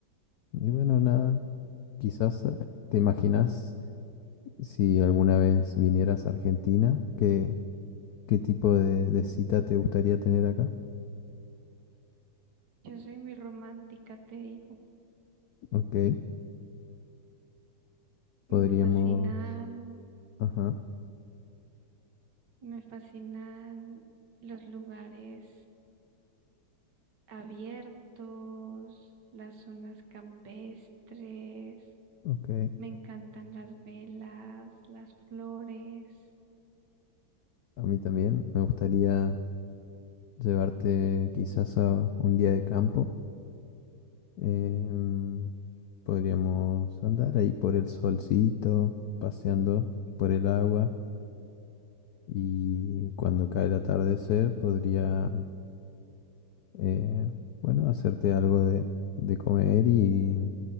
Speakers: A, on the left; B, on the right.
A: y bueno, nada, quizás eh, te imaginas si alguna vez vinieras a Argentina, qué, qué tipo de, de cita te gustaría tener acá.
B: Yo soy muy romántica, te digo.
A: Ok, podríamos,
B: Me fascinan,
A: ajá,
B: me fascinan los lugares abiertos, las zonas campestres.
A: ok,
B: Me encantan las velas, las flores,
A: a mí también me gustaría llevarte quizás a un día de campo. em, podríamos andar ahí por el solcito, paseando por el agua. Y cuando cae el atardecer podría eh, bueno, hacerte algo de, de comer y